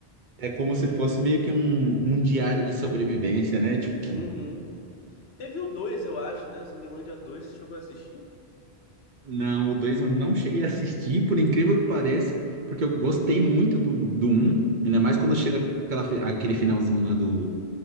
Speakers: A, on the right; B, on the left.
A: É como se fosse meio que um, um diário de sobrevivência, né? Tipo,
B: Uhum. Teve o 2, eu acho, né? Zumbilândia 2, você chegou a assistir?
A: não, o dois eu não cheguei a assistir, por incrível que pareça, porque eu gostei muito do, do um ainda mais quando chega aquela, fi- aquele finalzinho lá do,